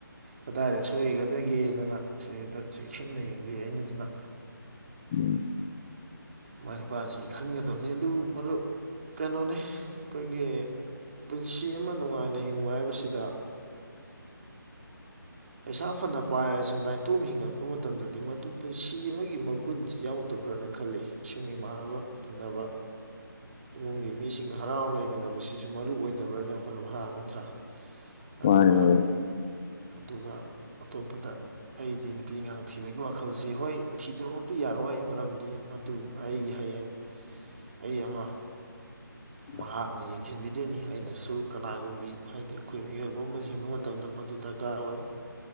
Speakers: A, on the right; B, on the left.
A: ꯀꯗꯥꯏꯗ ꯁꯣꯏꯒꯗꯒꯦꯗꯅ ꯁꯤꯗ ꯆꯦꯛꯁꯤꯟꯅ ꯌꯦꯡꯕꯤꯔꯛꯏꯩꯅ ꯑꯗꯨꯅ
B: ꯎꯝ
A: ꯃꯃꯥ ꯏꯄꯥꯁꯤ ꯈꯟꯒꯗꯕꯅꯤ ꯑꯗꯨ ꯃꯔꯨꯞ ꯀꯩꯅꯣꯅꯤ ꯑꯩꯈꯣꯏꯒꯤ ꯄꯨꯟꯁꯤ ꯑꯃ ꯅꯨꯡꯉꯥꯏꯅ ꯍꯤꯡꯕ ꯍꯥꯏꯕꯁꯤꯗ ꯄꯩꯁꯥ ꯐꯅ ꯄꯥꯏꯔꯁꯨ ꯅꯥꯏꯇꯣꯝ ꯍꯤꯡꯉꯛꯄ ꯃꯇꯝꯗꯗꯤ ꯃꯗꯨ ꯄꯨꯟꯁꯤ ꯑꯃꯒꯤ ꯃꯒꯨꯟ ꯌꯥꯎꯗꯕ ꯐꯕ꯭ꯔꯅ ꯈꯜꯂꯤ ꯏꯁꯨꯡ ꯏꯃꯥꯟꯅꯕ ꯇꯤꯟꯅꯕ ꯏꯃꯨꯡꯒꯤ ꯃꯤꯁꯤꯡꯒ ꯍꯔꯥꯎ ꯂꯩꯃꯤꯟꯅꯕꯁꯤꯁꯨ ꯃꯔꯨꯑꯣ ꯑꯣꯏꯗꯕ꯭ꯔꯅꯦ ꯃꯔꯨꯞ ꯅꯠꯇ꯭ꯔꯥ ꯑꯗꯨꯒ
B: ꯃꯥꯅꯤ
A: ꯑꯗꯨꯒ ꯑꯇꯣꯞꯄꯗ ꯑꯩꯗꯤ ꯅꯨꯄꯤ ꯑꯉꯥꯡ ꯊꯤꯕꯒꯤ ꯋꯥꯈꯜꯁꯤ ꯍꯣꯏ ꯊꯤꯗꯣꯛꯃꯛꯇꯤ ꯌꯥꯔꯣꯏ ꯃꯔꯝꯗꯤ ꯑꯗꯨꯗꯨꯅ ꯑꯩꯒꯤ ꯍꯌꯦꯡ ꯑꯩ ꯑꯃ
B: ꯎꯝ
A: ꯃꯍꯥꯛꯅ ꯌꯦꯡꯁꯤꯟꯕꯤꯗꯣꯏꯅꯤ ꯑꯩꯅꯁꯨ ꯀꯅꯥꯒꯨꯝꯕꯤ ꯍꯥꯏꯗꯤ ꯑꯩꯈꯣꯏ ꯃꯤꯑꯣꯏꯕ ꯑꯃꯅ ꯍꯤꯡꯕ ꯃꯇꯝꯗ ꯃꯗꯨꯗ ꯗꯔꯀꯥꯔ ꯑꯣꯏ